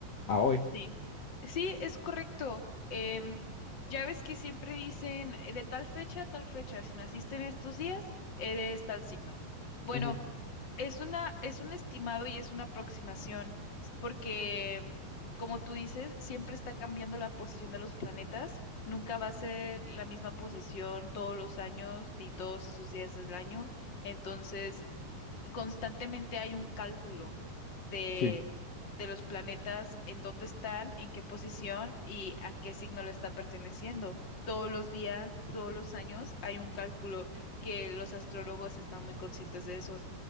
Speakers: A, on the left (about 60°); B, on the left (about 30°).
A: a hoy.
B: Sí. Sí, es correcto. Em, ya ves que siempre dicen eh, de tal fecha a tal fecha, si naciste en estos días, eres tal signo. Bueno,
A: Ujú,
B: Es una, es un estimado y es una aproximación, s- porque, como tú dices, siempre está cambiando la posición de los planetas. Nunca va a ser la misma posición todos los años ni todos esos días del año. Entonces, constantemente hay un cálculo de,
A: Sí,
B: de los planetas, en dónde están, en qué posición y a qué signo le está perteneciendo. Todos los días de todos los años hay un cálculo que los astrólogos están muy conscientes de eso.